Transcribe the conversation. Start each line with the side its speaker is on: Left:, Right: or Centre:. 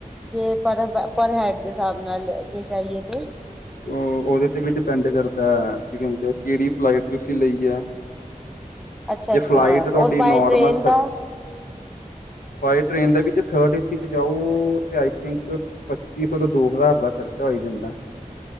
Centre: ਜੇ ਪਰ ਹੈਡ ਦੇ ਹਿਸਾਬ ਨਾਲ ਜੇ ਜਾਈਏ ਤੇ
Left: ਉਹ ਉਹਦੇ ਤੇ ਵੀ ਡਿਪੈਂਡ ਕਰਦਾ ਕੀ ਕਿਹੜੀ ਫਲਾਈਟ ਤੁਸੀਂ ਲਈ ਐ।
Centre: ਅੱਛਾ
Left: ਜੇ
Centre: ਅੱਛਾ
Left: ਫਲਾਈਟ ਤੁਹਾਡੀ
Centre: ਔਰ ਬਾਏ
Left: ਨੋਰਮਲ
Centre: ਟ੍ਰੇਨ ਦਾ
Left: ਸਸ ਬਾਏ ਟ੍ਰੇਨ ਦਾ ਵੀ ਜੇ ਥਰਡ ਏ ਸੀ ਤੇ ਜਾਓ ਤੇ ਆਈ ਥਿੰਕ ਪੱਚੀ ਸੌ ਤੇ ਦੋ ਹਜ਼ਾਰ ਦਾ ਖਰਚਾ ਹੋ ਈ ਜਾਂਦਾ।